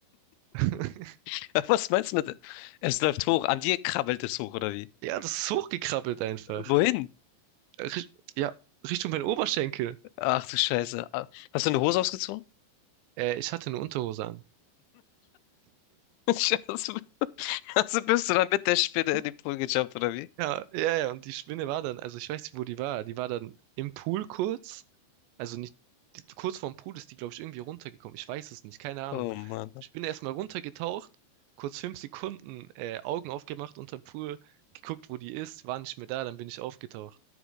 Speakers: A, on the right; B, on the left.
A: <laughs>
B: <laughs> Was meinst du mit. Es läuft hoch. An dir krabbelt es hoch, oder wie?
A: Ja, das ist hochgekrabbelt einfach.
B: Wohin?
A: Äh, richt- Ja, Richtung mein Oberschenkel.
B: Ach du Scheiße. Ah, Hast du eine Hose ausgezogen?
A: Äh, ich hatte eine Unterhose an.
B: <laughs> Also also bist du dann mit der Spinne in
A: <laughs>
B: den Pool gejumpt, oder wie?
A: Ja, ja, ja, und die Spinne war dann, also ich weiß nicht, wo die war. Die war dann im Pool kurz Also nicht, die, kurz vorm Pool ist die, glaube ich, irgendwie runtergekommen. Ich weiß es nicht, keine Ahnung.
B: Oh Mann.
A: Ich bin erstmal runtergetaucht, kurz fünf Sekunden äh, Augen aufgemacht unterm Pool, geguckt, wo die ist, war nicht mehr da, dann bin ich aufgetaucht.